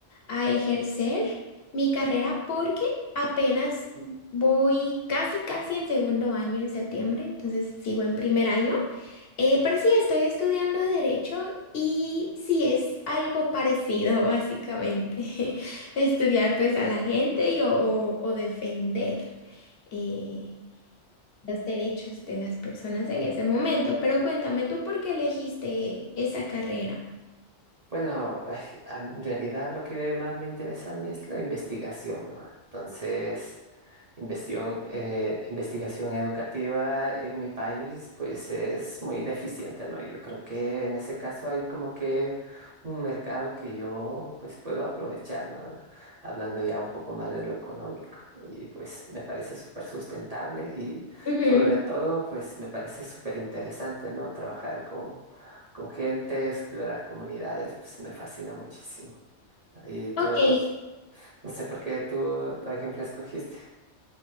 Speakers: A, on the left; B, on the right.
A: a ejercer mi carrera porque apenas voy casi, casi en segundo año en septiembre, entonces sigo en primer año. Eh, pero sí, estoy estudiando derecho y sí es algo parecido, básicamente. <laughs> Estudiar pues a la gente y o, o- o defender eh, los derechos de las personas en ese momento. Pero cuéntame tú por qué elegiste esa carrera.
B: Bueno, ay, a- en realidad lo que más me interesa a mí es la investigación, ¿no? Entonces, Investión- eh, investigación educativa en mi país, pues es muy deficiente, ¿no? Y yo creo que en ese caso hay como que un mercado que yo pues puedo aprovechar, ¿no? Hablando ya un poco más de lo económico. Y pues me parece súper sustentable y
A: Ujú.
B: sobre todo pues me parece súper interesante, ¿no? Trabajar con, con gente, explorar comunidades, pues me fascina muchísimo. Y tú
A: Ok.
B: no, no sé por qué tú, por ejemplo, escogiste.